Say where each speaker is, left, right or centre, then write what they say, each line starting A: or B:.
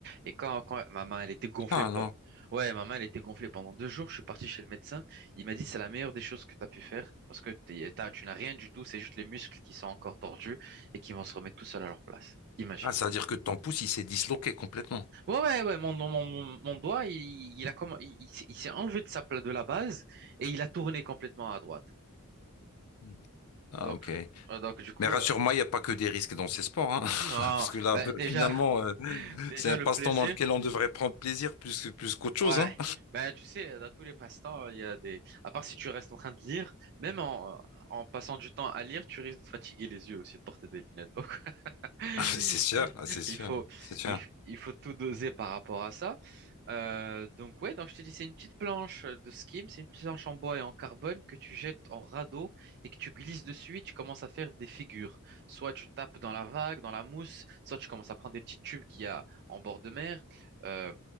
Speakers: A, on the right; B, on the left.
A: Et quand, quand ma main, elle était gonflée,
B: Ah
A: quoi.
B: non.
A: Ouais, ma main, elle était gonflée pendant deux jours. Je suis parti chez le médecin. Il m'a dit, c'est la meilleure des choses que tu as pu faire parce que t'es- t'as- tu n'as rien du tout. C'est juste les muscles qui sont encore tordus et qui vont se remettre tout seuls à leur place. Imagine.
B: Ah, ça veut dire que ton pouce, il s'est disloqué complètement.
A: Ouais, ouais, ouais, mon, mon, mon, mon doigt, il, il a comme, il, il s'est il s'est enlevé de sa pla- de la base et il a tourné complètement à droite.
B: Hmm. Ah,
A: Donc,
B: ok.
A: euh, donc du coup,
B: Mais rassure-moi,
A: euh,
B: il n'y a pas que des risques dans ces sports, hein. <laughs>
A: non,
B: Parce que là,
A: ben, déjà,
B: finalement, euh,
A: <laughs> déjà
B: c'est un
A: le
B: passe-temps
A: plaisir.
B: dans lequel on devrait prendre plaisir plus que, plus qu'autre chose,
A: Ouais,
B: hein.
A: ben tu sais, dans tous les passe-temps, il y a des. À part si tu restes en train de lire, même en, en passant du temps à lire, tu risques de fatiguer les yeux aussi, de porter des lunettes. Donc, <laughs>
B: <laughs> C'est sûr, ah, c'est sûr,
A: Il faut,
B: c'est sûr.
A: il, f- il faut tout doser par rapport à ça. Euh, donc ouais, donc je te dis, c'est une petite planche de skim, c'est une petite planche en bois et en carbone que tu jettes en radeau et que tu glisses dessus et tu commences à faire des figures. Soit tu tapes dans la vague, dans la mousse, soit tu commences à prendre des petits tubes qu'il y a en bord de mer. euh,